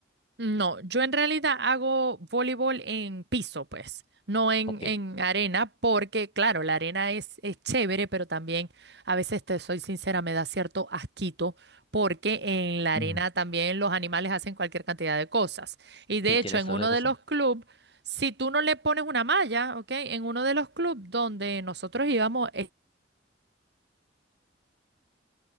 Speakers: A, on the right; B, on the left.
A: No, yo en realidad hago voleibol en piso, pues, no en,
B: Ok,
A: en arena, porque claro, la arena es, es chévere, pero también a veces, te soy sincera, me da cierto asquito, porque en la
B: Mm.
A: arena también los animales hacen cualquier cantidad de cosas. Y de
B: sí, tienes
A: hecho, en
B: toda
A: uno
B: la razón.
A: de los clubes, si tú no le pones una malla, ¿ok? En uno de los clubes donde nosotros íbamos,